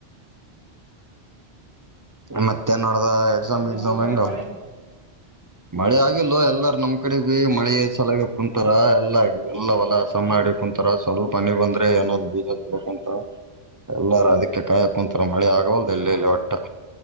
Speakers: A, on the right; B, on the right.
A: ಮತ್ತೆ ನಡದ ಎಗ್ಜಾಮ
B: ಮತ್
A: ವಿಗಜಾಮ
B: ನಿಮ್ ಊರ್ ಕಡೆ
A: ಹೆಂಗ
B: ಮಳೆ
A: ಮಳೆ ಆಗಲ್ ಎಲ್ಲಾರ ನಮ್ ಕಡೆ ಮಳಿ ಸಲಗ ಕುಂಂತರ ಎಲ್ಲ ಎಲ್ಲ ಹೊಲಸ ಮಾಡಿ ಕುಂತರ ಸ್ವಲ್ಪನಿ ಬಂದ್ರೆ ಏನ ಬೀಜ ಹತ್ುಂತರ ಎಲ್ಲಾರ ಅದಕ್ಕೆ ಕಾಯಕುಂತರ ಮಳೆ ಆಗವಲ್ ಎಲ್ಲೆಲ್ಲಿ ಹೊಟ್ಟೆ